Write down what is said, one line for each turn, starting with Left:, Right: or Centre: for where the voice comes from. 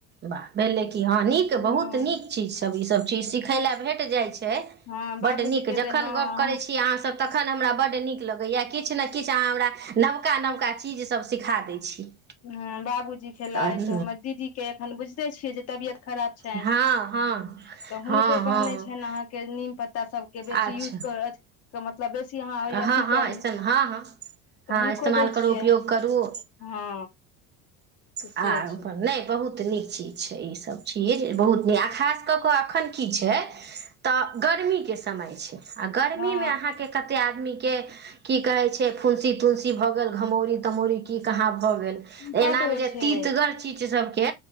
Right: ह भेलै कि हँ नीक
Left: ह
Right: बहुत नीक जी सब ई सब चीज सिखय ल भेट जाइ छै
Left: हँ बाबूजी
Right: बड नीक
Left: के
Right: जखन
Left: देलहुँ
Right: गप करय
Left: हम
Right: छी अहाँ सब तखन हमरा बड्ड नीक लगैया किछु ने किछु अहाँ हमरा नवका नवका चीजसभ सिखा दै छी
Left: ह बाबूजी खेलथि
Right: तऽ
Left: हमर दीदीके एखन बुझिते छियै जे तबियत खराब छनि
Right: हँ हँ
Left: तऽ
Right: हँ
Left: हुनको
Right: हँ
Left: कहने छनि अहाँके नीम पत्ता सभके बेसी
Right: अच्छा
Left: यूज कर के मतलब बेसी अहाँ अथी
Right: हँ हँ
Left: करू
Right: इस्तेम हँ हँ
Left: तऽ
Right: हँ
Left: हुनको
Right: इस्तेमाल
Left: दै
Right: करू
Left: छियनि
Right: उपयोग करू
Left: हँ तऽ
Right: आ
Left: से छै
Right: अपन नहि बहुत नीक चीज छै ई सब चीज बहुत नीक आ खास कऽ कऽ एखन की छै तऽ गर्मीके समय छै आ गर्मीमे
Left: हँ
Right: अहाँके कतेक आदमीके की कहै छै फुंसी तुन्सी भऽ गेल घमौरी तमौरी की कहाँ भऽ गेल एनामे
Left: बड्ड होइ
Right: जे
Left: छै
Right: तीतगर चीज सबके